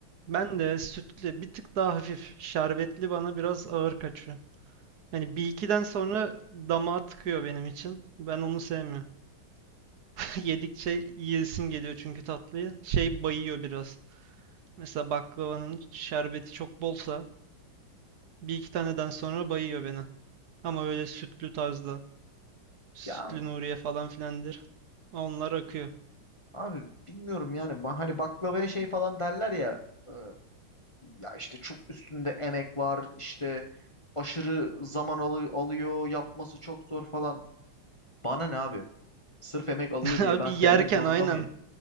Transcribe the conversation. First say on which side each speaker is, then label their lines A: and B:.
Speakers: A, on the right; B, on the left.
A: ben de sütlü bir tık daha hafif şerbetli bana biraz ağır kaçıyor. Yani bir ikiden sonra damağa tıkıyor benim için. Ben onu sevmiyorum. <laughs> Yedikçe yiyesim geliyor çünkü tatlıyı. Şey bayıyor biraz. Mesela baklavanın şerbeti çok bolsa bir iki taneden sonra bayıyor beni. Ama böyle sütlü tarzda. Sütlü
B: Ya
A: Nuriye falan filandır. Onlar akıyor.
B: abi bilmiyorum yani. Ba- Hani baklavaya şey falan derler ya. eee, ya işte çok üstünde emek var. işte aşırı zaman alı- alıyor. Yapması çok zor falan. Bana ne abi? Sırf emek alıyor
A: <laughs> Abi
B: diye ben
A: yerken
B: sevmek zorunda
A: aynen.
B: mıyım?